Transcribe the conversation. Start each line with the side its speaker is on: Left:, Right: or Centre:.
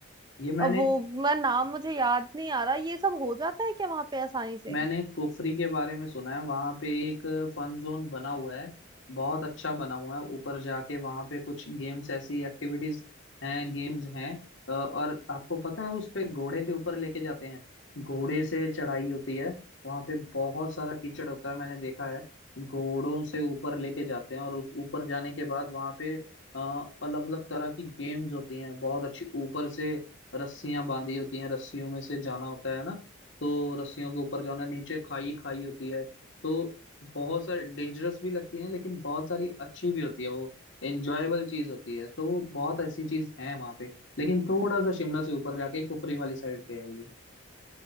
Left: ये मैंने
Right: अब वो मैं नाम मुझे याद नहीं आ रहा ये सब हो जाता है क्या वहां पे आसानी से
Left: मैंने कुफरी के बारे में सुना है वहां पे एक फन जोन बना हुआ है बहुत अच्छा बना हुआ है ऊपर जाके वहां पे कुछ गेम्स ऐसी एक्टिविटीज हैं गेम्स हैं अ, और आपको पता है उस पे घोड़े के ऊपर लेके जाते हैं घोड़े से चढ़ाई होती है वहां पे बहुत सारा कीचड़ होता है मैंने देखा है घोड़ों से ऊपर लेके जाते हैं और उस ऊपर जाने के बाद वहां पे अलग अलग तरह की गेम्स होती हैं बहुत अच्छी ऊपर से रस्सियां बांधी होती हैं रस्सियों में से जाना होता है ना तो रस्सियों के ऊपर जाना नीचे खाई खाई होती है तो बहुत सारी डेंजरस भी लगती है लेकिन बहुत सारी अच्छी भी होती है वो एंजॉयबल चीज होती है तो बहुत ऐसी चीज है वहां पे लेकिन थोड़ा सा शिमला से ऊपर जाके कुफरी वाली साइड पे है ये